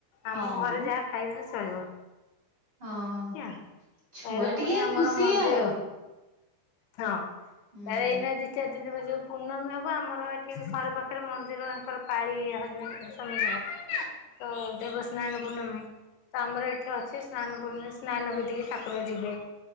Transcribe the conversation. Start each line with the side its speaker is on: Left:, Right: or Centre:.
Right: ହଁ
Left: ଆମ ଘରେ
Right: ମ
Left: ଯାହା ଖାଇଦେଲେ ଚଳିବ।
Right: ହଁ
Left: ଏମିତି ଆଉ
Right: ଛୁଆ
Left: ତାରେ
Right: ଟିକେ
Left: ପୁଣି ଆମର
Right: ଖୁସି
Left: ମନ୍ଦିର
Right: ଆଉ।
Left: ହଁ ତା
Right: ହୁଁ।
Left: ଏଇନା ଦି ଚାରି ଦିନ <unintelligible> ଯୋଉ ପୂର୍ଣ୍ଣମୀ ହବ ଆମର ଏ ଠିକ ଘର ପାଖରେ ମନ୍ଦିର ଆଙ୍କର ପାଳି ହଜବେଣ୍ଡ ସ୍ୱାମୀଙ୍କର ତ ଦେବସ୍ନାନ ପୂର୍ଣମୀ ତ ଆମର ଏଠି ଅଛି ସ୍ନାନ ପୂର୍ଣ୍ଣମି ସ୍ନାନ ବେଦୀକି ଠାକୁର ଯିବେ।